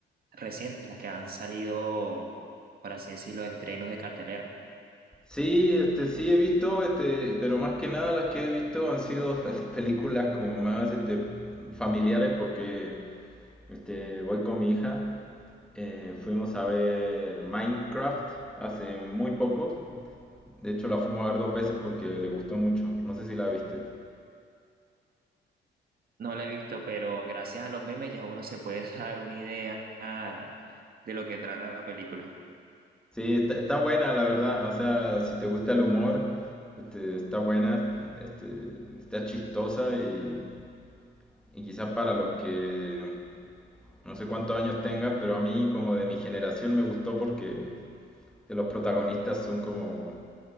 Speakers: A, on the right (about 50°); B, in the centre.
A: recientes, las que han salido, por así decirlo, estrenos de cartelera.
B: Sí, este, sí he visto, este, pero más que nada las que he visto han sido <laughs> películas como más, este, familiares porque, este, voy con mi hija. Eh, fuimos a ver Minecraft hace muy poco. De hecho, la fuimos a ver dos veces porque le gustó mucho. No sé si la viste.
A: No la he visto, pero gracias a los memes ya uno se puede <laughs> dar una idea ah, de lo que trata la película.
B: Sí, está, está buena, la verdad. O sea, si te gusta el humor, este, está buena, este, está chistosa y, y quizás para los que No sé cuántos años tengas, pero a mí como de mi generación me gustó porque de los protagonistas son como...